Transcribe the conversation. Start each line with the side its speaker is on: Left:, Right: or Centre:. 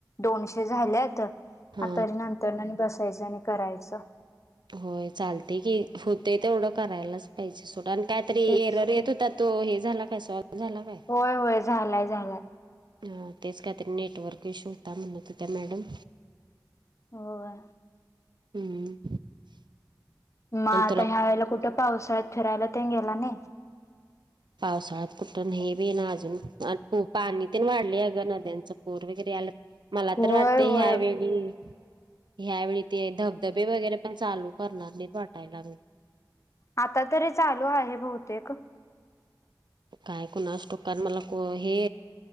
Left: दोनशे झाल्यात.
Right: हा
Left: आतारी नंतर आणि बसायचं आणि करायचं.
Right: होय चालते की होतेय तेवढं करायलाच पाहिजे सोड आणि कायतरी
Left: तेच
Right: एरर
Left: की
Right: येत होतात तो हे झाला काय सॉल्व झाला काय?
Left: होय होय झालाय झालाय.
Right: हा तेच काहीतरी नेटवर्क इश्यू होता म्हणत होत्या मॅडम.
Left: हो आ.
Right: हम्म.
Left: मा
Right: आणि
Left: आता
Right: तुला
Left: ह्या वेळेला कुठं पावसाळ्यात फिरायला तेन गेला नाही?
Right: पावसाळ्यात कुठं नाही बी ये ना अजून आण तो पाणी ते वाढले आहे अगं नद्यांच्या पूर वगैरे आला. मला
Left: होय
Right: तर वाटतय
Left: होय
Right: ह्या वेळी ह्यावेळी ते धबधबे वगैरे पण चालू करणार <unintelligible> वाटायला लागल.
Left: आता तरी चालू आहे बहुतेक.
Right: काय कोणाचं ठाऊक कारण मला को हे